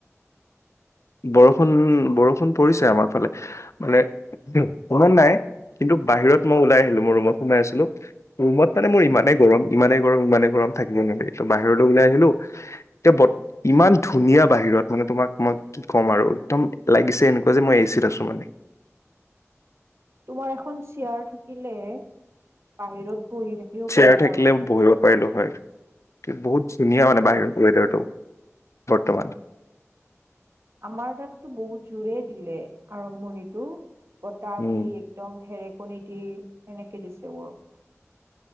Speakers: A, on the left; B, on the right.
A: বৰষুণ বৰষুণ পৰিছে আমাৰ ফালে মানে শনত নাই। কিন্তু বাহিৰত মই ওলাই আহিলো মই ৰুমত সোমাই আছিলো। ৰুমত মানে মোৰ ইমানেইে গৰম ইমানে গৰম ইমানে গৰম থাকিব নোৱাৰাগে ত' বাহিৰলৈ ওলাই আহিলো। এতিয়া ইমান ধুনীয়া বাহিৰত মানে তোমাক মই কি ক'ম আৰু একদম লাগিছে এনেকুৱা যে মই এচিত আছো মানে।
B: তোমাৰ এখন চেয়াৰ থাকিলে বাহিৰত বহি থাকিব
A: চেয়াৰ
B: পাৰিলা
A: থাকিলে
B: হয়।
A: বহিব পাৰিলো হয়। বহুত ধুনীয়া মানে বাহিৰত ৱেডাৰটো বৰ্তমান।
B: আমাৰ তাততো বহুত জোৰে দিলে আৰম্ভণিটো। বটাহ
A: উম
B: দি একদম ঢেৰেকণী দি সেনেকে দিছে বৰষুন।